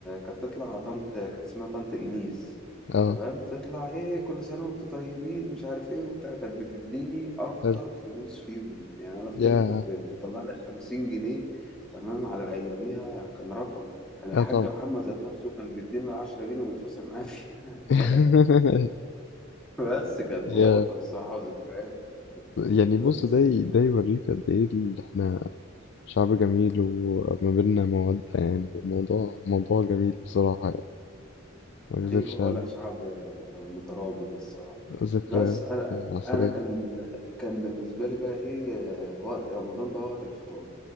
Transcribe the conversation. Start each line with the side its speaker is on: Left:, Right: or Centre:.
Centre: كانت تطلع طنط كانت اسمها طنط إليس
Left: اه
Centre: تمام تطلع ايه كل سنة وانتوا طيبين مش عارف ايه وبتاع كانت بتديني اكتر
Left: حلو
Centre: فلوس فيهم يعني انا افتكر
Left: يا
Centre: كانت بتطلع لي 50 جنيه تمام على اياميها كان رقم كان
Left: اه
Centre: الحاج
Left: طبعا
Centre: محمد ذات نفسه كان بيدينا 10 جنيه وبيفاصل معايا فيها
Left: <laughs>
Centre: <laughs> بس كانت
Left: يا
Centre: مواقف الصراحة وذكريات
Left: يعني
Centre: بس
Left: بص ده ي- ده يوريك قد ايه اللي احنا شعب جميل وما بيننا مودة يعني الموضوع موضوع جميل بصراحة يعني ما أكذبش
Centre: ايوه هو
Left: عليك
Centre: لا شعب آه، مترابط الصراحه
Left: ذكريات
Centre: بس انا
Left: عسلية
Centre: انا كان كان بالنسبه لي بقى ايه آه، وقت رمضان بقى وقت الفطار